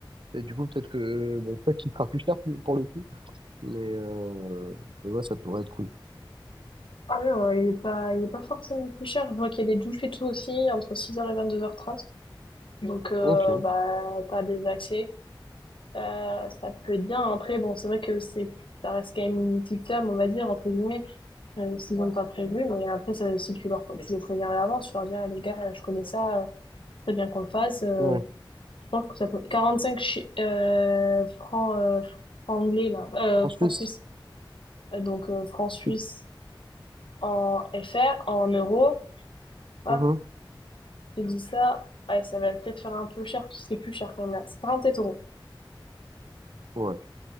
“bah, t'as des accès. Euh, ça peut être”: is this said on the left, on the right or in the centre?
Left